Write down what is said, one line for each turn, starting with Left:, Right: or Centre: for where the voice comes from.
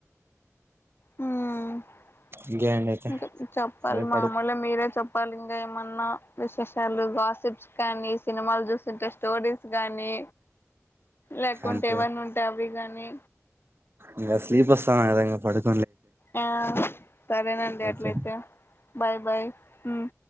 Left: మ్మ్
Right: ఇంకే అండి అయితే
Left: కా చెప్పాలి
Right: అదే
Left: మామూలు
Right: పడు
Left: మీరే చెప్ ప్పండి ఇంకా ఏమన్నా విశేషాలు గాసిప్స్ కాగానీ సినిమాలు చూసంటే స్టోరీస్ గాని లేకుంటే
Right: అంతే
Left: ఎవన్న ఉంటే అవి గానీ
Right: ఇంగ స్లీప్ వస్తుందగదా ఇంగ పడుకో
Left: ఆ సరేనండి
Right: ఓకే
Left: అట్లయితే బాయ్ బాయ్ మ్మ్